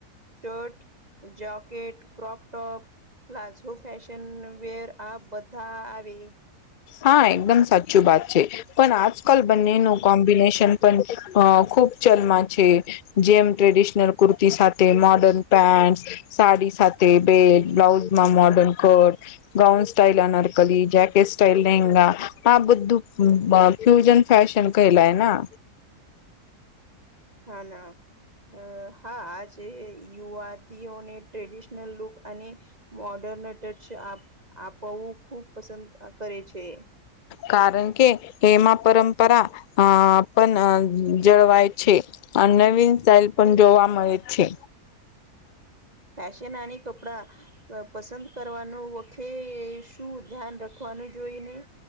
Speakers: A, on the right; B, on the left.
A: shirt jacket crop top palazzo fashion વર આ બધા આવે
B: હા એકદમ સાચું બાત છે. પણ આજકલ બંને નો કોમ્બિનેશન પણ અ ખુબ ચલમાં છે. જેમ ટ્રેડિશનલ કુર્તી સાથે મોર્ડર્ન પેન્ટ સાડી સાથે બેટ બ્લાઉઝમાં modern cut. Gown style anarkali, jacket કૈલગા હા બધું ફ્યુજન ફેશન કૈલાયના
A: હા ના અ હાજ જે યુવાતીઓને ટ્રેડિશનલ લુક અને મોર્ડર્ન ટચ આપ આપવું ખૂબ પસંદ કરે છે.
B: કારણ કે એમાં પરંપરા અ પણ જળવાય છે. આ નવીન સ્ટાઇલ પણ જોવા મળે છે.
A: ફેશનની કપડા પસંદ કરવાનું વખે શું ધ્યાન રખવાનું જોઈને